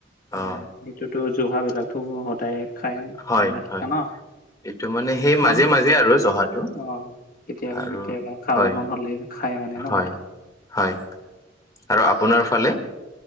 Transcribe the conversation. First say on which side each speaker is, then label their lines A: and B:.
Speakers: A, on the left; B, on the left.
A: উ
B: অ
A: এইটোতো জহাবিলাকটো সদায় খাই
B: হয়
A: নথকা
B: হয়
A: ন।
B: এইটো মানে সেই মাজে
A: অ
B: মাজে আৰু জহাটো
A: অ কেতিয়াবা
B: আৰু
A: কেতিয়াবা খাব
B: হয়
A: মন হ'লে খাই মানে নহয়।
B: হয় হয় আৰু আপোনাৰ ফালে?